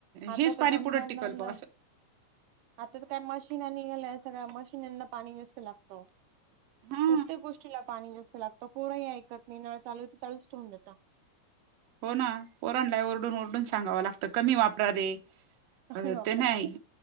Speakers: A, on the right; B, on the right.
A: आता
B: हेच पाणी
A: तर धमधम
B: पुढं टिकल
A: धमधम.
B: ब असं
A: आता तर काय मशीननी निघाल्या स आता मशिनिना पाणी जास्त लागत
B: हा
A: प्रत्येक गोष्टीला पाणी जास्त लाग त पोरही ऐकत नाही नळचालू तर चालूच ठेवून देतता.
B: हो ना पोरांला ओरडून ओरडून सांगावं लागतं कमी वापरा रे.
A: का
B: अ
A: वापरा
B: ते नाही